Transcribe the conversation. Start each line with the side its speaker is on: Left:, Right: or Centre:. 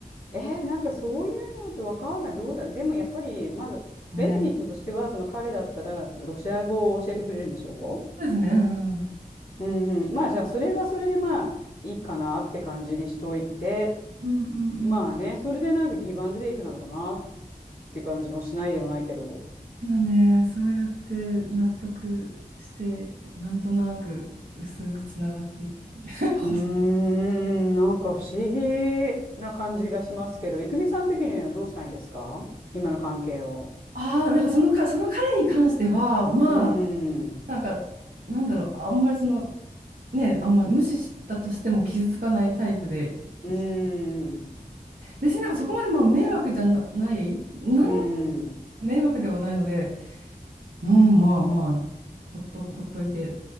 Left: え、なんかそういうのってわかんない。どうだろう。でもやっぱり、まず、
Right: ね。
Left: ベネフィットとしては、その彼だったら、ロシア語を教えてくれるんでしょ
Right: そうですね。うんうん
Left: うんうん、まあじゃあそれはそれでまあいいかなって感じにしといて
Right: うんうん
Left: まあねそれでなんかギブアンドテイクなのかなって感じもしないでもないけど
Right: でもね、そうやって納得して、なんとなく薄くつながっていく。<laughs>
Left: うーんなんか不思議な感じがしますけど郁美さん的にはどうしたいんですか今の関係を。
Right: ああ、なんかそのか、その彼に関しては、まあ、
Left: うんうん
Right: なんか、なんだろう、あんまりその、ね、あんまり無視したとしても傷つかないタイプで、し
Left: うん
Right: 別になんかそこまでまあ迷惑じゃな、ない、なん
Left: うん
Right: 迷惑ではないので、うん、まあまあ、ほっと、ほっといて、